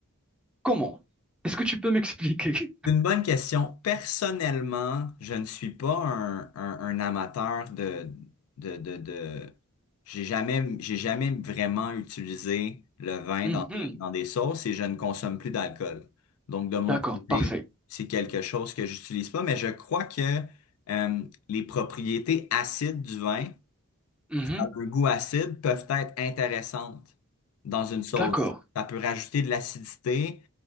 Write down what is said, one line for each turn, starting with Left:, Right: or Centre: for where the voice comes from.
Centre: comment? Est-ce que tu peux m'expliquer? <laughs>
Left: C'est une bonne question. Personnellement, je ne suis pas un, un- un amateur de, de, de, de... J'ai jamais, j'ai jamais vraiment utilisé le vin
Centre: Mhm.
Left: dans des, dans des sauces et je ne consomme plus d'alcool. Donc, de
Centre: D'accord,
Left: mon côté,
Centre: parfait.
Left: c'est quelque chose que j'utilise pas, mais je crois que euh, les propriétés acides du vin
Centre: Mhm.
Left: dans un goût acide peuvent être intéressantes dans une sauce.
Centre: D'accord.
Left: Ça peut rajouter de l'acidité,